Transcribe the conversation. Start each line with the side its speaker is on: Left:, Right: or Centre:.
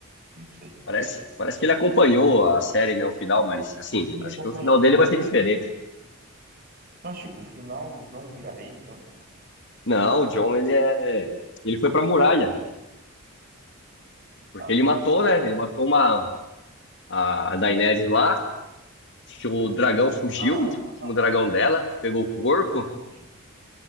Right: não sei.
Left: Parece, parece que ele acompanhou a série, né? O final, mas assim,
Right: Sim,
Left: acho
Right: acompanhou.
Left: que o final dele vai ser diferente.
Right: Mas, tipo, o final, o John vira rei, então?
Left: Não, o John, ele é. Ele foi pra muralha. Porque
Right: Ah,
Left: ele matou,
Right: tá.
Left: né? Ele matou uma. A Daenerys lá. O dragão fugiu,
Right: Ah, ela tava
Left: o último
Right: lá.
Left: dragão dela. Pegou o corpo.
Right: Ah, entendi.